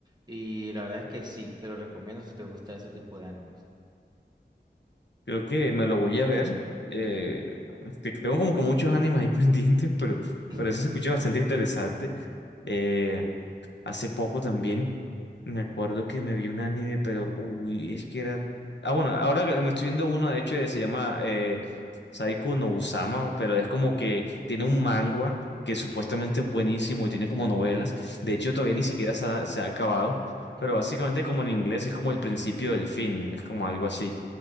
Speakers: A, on the right; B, on the left.
A: Y la verdad es que sí, te lo recomiendo si te gusta ese tipo de animes.
B: Creo que me lo voy a ver. Eh,
A: Ujú. <coughs>
B: te- tengo como que muchos animes ahí <laughs> pendientes, pero,
A: <laughs>
B: pero eso se escucha bastante interesante. Eh, hace poco también me acuerdo que me vi un anime, pero uy, es que era. Ah, bueno, ahora que me estoy viendo uno, de hecho, que se llama eh, Saiko no Usama, pero es como que tiene un manga que supuestamente es buenísimo y tiene como novelas. De hecho,
A: Ok,
B: todavía ni siquiera se ha, se ha acabado,
A: ajá,
B: pero básicamente, como en inglés, es como el principio del fin, es como algo así.